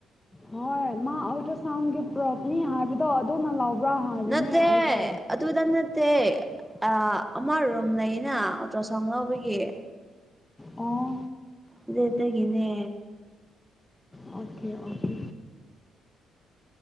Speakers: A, on the left (about 15°); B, in the centre.
A: ꯍꯣꯏ ꯃꯥ ꯑꯜꯇ꯭ꯔꯁꯥꯎꯟꯒꯤ ꯄ꯭ꯔꯣꯞꯅꯤ ꯍꯥꯏꯕꯗꯣ ꯑꯗꯨꯅ ꯂꯧꯕ꯭ꯔꯥ ꯍꯥꯏꯕꯅꯦ
B: ꯅꯠꯇꯦ
A: ꯑꯩꯗꯤ
B: ꯑꯗꯨꯗ ꯅꯠꯇꯦ ꯑ ꯑꯃ ꯔꯨꯝ ꯂꯩꯅ ꯑꯜꯇ꯭ꯔꯥꯁꯥꯎꯟ ꯂꯧꯕꯒꯤ
A: ꯑꯣ
B: ꯑꯗꯨꯗꯒꯤꯅꯦ
A: ꯑꯣꯀꯦ ꯑꯣꯀꯦ